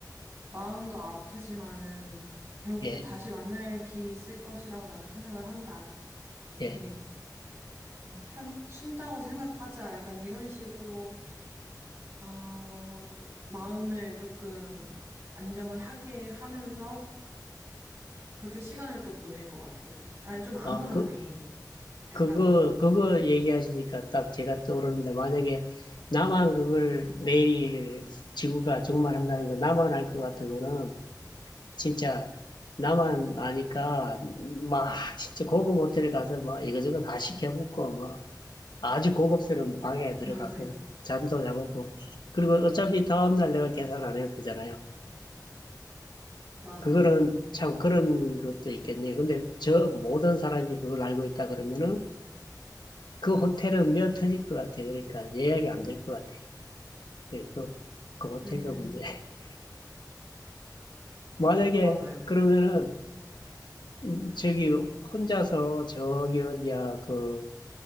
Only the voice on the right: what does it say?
마음도 아프지만은 결국
또 다시 만날 길이 있을 것이라고 나는 생각을 한다. 뭐
그냥 편 쉰다고 생각하자. 약간 이런 식으로 어 마음을 조금 안정을 하게 하면서 그렇게 시간을 또 보낼 것 같아요. 아니, 좀 암울하네.
약간,
맞아요.
맞아요.
음,
맞아요. 맞아요.